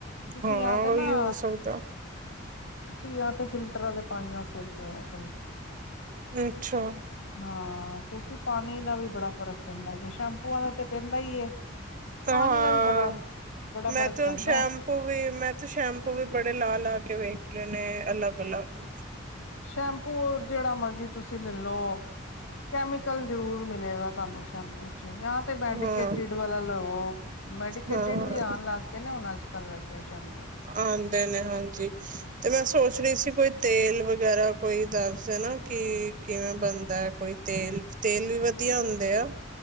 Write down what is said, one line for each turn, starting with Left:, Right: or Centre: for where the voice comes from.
Left: ਤੁਸੀਂ
Right: ਹਾਂ
Left: ਯਾ ਤੇ ਨਾ
Right: ਉਹੀ ਹੋ ਸਕਦਾ
Left: ਤੁਸੀਂ ਯਾ ਤੇ ਫਿਲਟਰ ਆਲੇ ਪਾਣੀ ਨਾਲ ਸਿਰ ਧੋਇਆ ਕਰੋ।
Right: ਅੱਛਾ।
Left: ਹਾਂ ਕਿਉਂਕਿ ਪਾਣੀ ਦਾ ਵੀ ਬੜਾ ਫ਼ਰਕ ਪੈਂਦਾ ਏ, ਸ਼ੈਂਪੂਆਂ ਦਾ ਤੇ ਪੈਂਦਾ ਈ ਏ।
Right: ਤੋਂ
Left: ਪਾਣੀ
Right: ਹਾਂ,
Left: ਦਾ ਵੀ ਬੜਾ ਬੜਾ
Right: ਮੈਂ
Left: ਫ਼ਰਕ
Right: ਤੇ ਹੁਣ
Left: ਪੈਂਦਾ
Right: ਸ਼ੈਮ ੳਵੀ ਮੈਂ ਤੇ ਸ਼ੈਂਪੂ ਵੀ ਬੜੇ ਲਾ-ਲਾ ਕੇ ਵੇਖ ਲੇ ਨੇ ਅਲੱਗ-ਅਲੱਗ
Left: ਸ਼ੈਂਪੂ ਜਿਹੜਾ ਮਰਜੀ ਤੁਸੀਂ ਲੈਲੋ ਕੈਮੀਕਲ ਜਰੂਰ ਮਿਲੇਗਾ, ਤੁਹਾਨੂੰ। ਸ਼ੈਂਪੂ ਚ ਜਾਂ ਤੇ ਮੈਡੀਕੇਟਡ
Right: ਹਾਂ
Left: ਵਾਲਾ ਲੋ। ਮੈਡੀਕੇਟਿਡ
Right: ਹਾਂ
Left: ਵੀ ਆਣ ਲੱਗ ਗਏ ਨੇ, ਹੁਣ ਅੱਜ-ਕੱਲ੍ਹ ਵੈਸੇ ਸ਼ੈਂਪੂ।
Right: ਆਦੇ ਨੇ ਹਾਂਜੀ। ਤੇ ਮੈਂ ਸੋਚ ਰਹੀ ਸੀ ਕੋਈ ਤੇਲ ਵਗੈਰਾ ਕੋਈ ਦੱਸਦੇ ਨਾ ਕਿ, ਕਿਵੇਂ ਬਣਦਾ ਕੋਈ ਤੇਲ-ਤੇਲ ਵੀ ਵਧੀਆ ਹੁੰਦੇ ਆ,